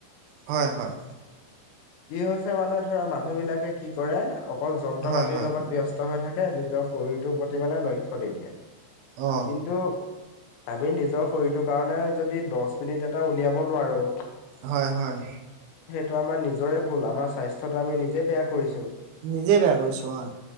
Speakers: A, on the right; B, on the left.
A: হয়-হয়
B: কি হৈছে, মানে ধৰা মানুহ বিলাকে কি কৰে অকল যন্ত্ৰ
A: হয়
B: পাতিৰ
A: হয়
B: লগত ব্যস্ত হৈ থাকে। কিয় নিজৰ শৰীৰটোৰ প্ৰতি মানে লক্ষ্য নিদিয়ে।
A: অ
B: কিন্তু আমি নিজৰ শৰীৰটোৰ কাৰণে, যদি দহ মিনিট এটা উলিয়াব নোৱাৰো
A: হয়-হয়
B: টো আমাৰ নিজৰে ভুল, আমাৰ স্বাস্থ্যটো আমি নিজে বেয়া কৰিছো।
A: নিজে বেয়া কৰিছো, অ-